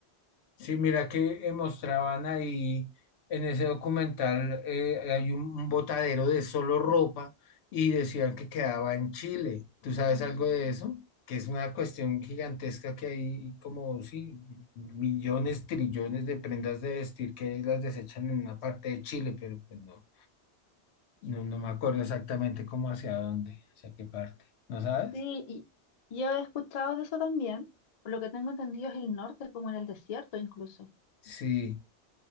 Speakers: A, on the left; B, on the left.
A: Sí, mira que eh, mostraban ahí en ese documental, eh, hay un, un botadero de solo ropa y decían que quedaba en Chile. ¿Tú sabes algo de eso? Que es una cuestión gigantesca que hay como, sí, millones, trillones de prendas de vestir que las desechan en una parte de Chile, pero pues no, no, no me acuerdo exactamente cómo hacia dónde, hacia qué parte. ¿No sabes?
B: Sí, y yo he escuchado de eso también. Por lo que tengo entendido es el norte, como en el desierto incluso.
A: Sí.